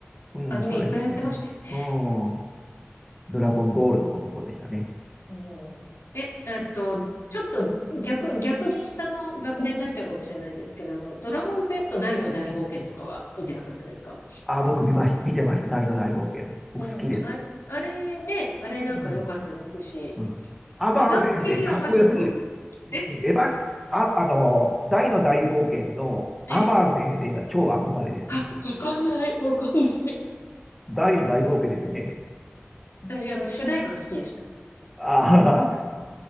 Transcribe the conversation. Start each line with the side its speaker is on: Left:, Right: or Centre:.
Centre: うんそうですよね。
Left: アニメいっぱいやってましたよね。
Centre: うん。ドラゴンボールとかもそうでしたね。
Left: うん、え、えっと、ちょっと逆、逆に下の学年になっちゃうかもしれないですけど、あの、ドラゴンクエスト大の大冒険とかは見てなかったですか
Centre: あ、僕見まし、見てました。大の大冒険。僕好きです。
Left: うん。あれ、あれね、あれなんか良かったですし、
Centre: うん。うん。アバン先生、
Left: エヴァンゲリオンはちょっと、
Centre: かっこよすぎる。
Left: え、
Centre: うんエヴァン、あ、あの、大の大冒険のアバン先生が超憧れです、
Left: ええ、あ、
Centre: 僕。
Left: わかんない、わかんない。
Centre: 大の大冒険ですよね。
Left: 私、あの、主題歌が好きでした。
Centre: あ